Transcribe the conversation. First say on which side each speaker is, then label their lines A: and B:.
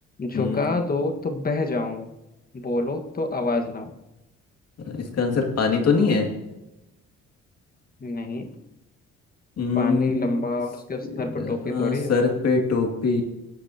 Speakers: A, on the left; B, on the left.
A: झुका
B: हम्म।
A: दो तो बह जाऊं बोलो तो आवाज ना हो
B: इसका आंसर पानी तो नहीं है
A: नहीं
B: हम्म,
A: पानी लंबा
B: स-
A: और उसके सर पर टोपी
B: हाँ
A: थोड़ी
B: सर
A: है
B: पे टोपी